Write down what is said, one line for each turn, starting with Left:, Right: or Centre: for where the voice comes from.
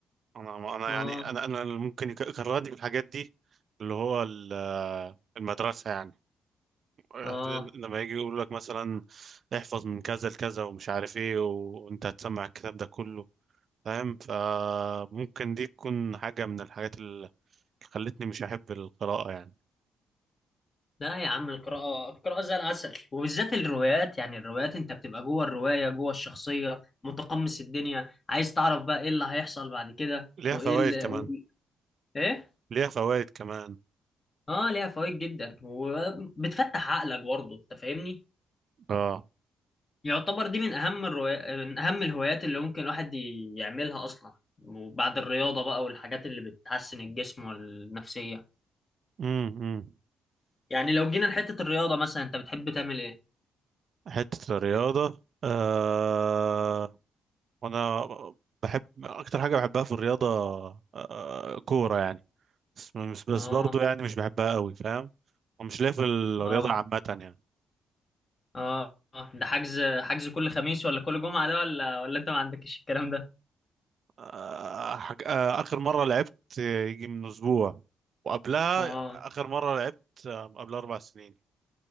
Right: انا انا
Left: اه
Right: يعني انا انا اللي ممكن يكرهني في الحاجات دي اللي هو ال- آه، المدرسة يعني آه،
Left: اه
Right: لما يجي يقول لك مثلا احفظ من كذا لكذا ومش عارف ايه وانت هتسمع الكتاب ده كله فاهم فممكن دي تكون حاجة من الحاجات اللي خلتني مش أحب القراءة يعني
Left: لا يا عم القراءة القراءة زي العسل وبالذات الروايات يعني الروايات انت بتبقى جوه الرواية جوه الشخصية متقمص الدنيا عايز تعرف بقى ايه اللي هيحصل بعد كده
Right: ليها
Left: وايه
Right: فوائد
Left: ال...
Right: كمان
Left: و... ايه
Right: ليها فوائد كمان
Left: اه ليها فوائد جدا وبتفتح عقلك برضه انت فاهمني
Right: اه
Left: يعتبر دي من اهم الروايات من اهم الهوايات اللي ممكن الواحد ي- يعملها اصلا وبعد الرياضة بقى والحاجات اللي بتحسن الجسم والنفسية
Right: امم
Left: يعني لو جينا لحتة الرياضة مثلا انت بتحب تعمل ايه
Right: حتة الرياضة آه وانا بحب اكتر حاجة بحبها في الرياضة آه كورة يعني بس بس بس
Left: اه
Right: برضو يعني مش بحبها قوي فاهم ومش ليا في الرياضة
Left: اه
Right: عامة يعني
Left: اه آه. ده حجز حجز كل خميس ولا كل جمعة ده ولا ولا انت ما عندكش الكلام ده
Right: آه، حاج... آه، آخر مرة لعبت يجي من أسبوع وقبلها
Left: اه
Right: آخر مرة لعبت آه، قبل أربع سنين